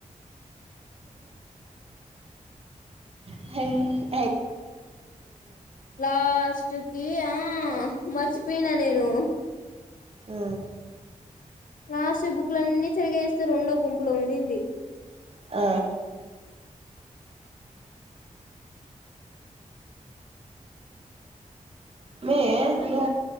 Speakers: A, on the right; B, on the left.
A: హ
B: లాస్ట్ కి ఆ చ్చిపోయినా నేను
A: ఆ
B: లాస్ట్ కి బుక్కులన్నీ చెరిగేస్తే రెండో గుంపులో ఉంది
A: ఆ మే ఓ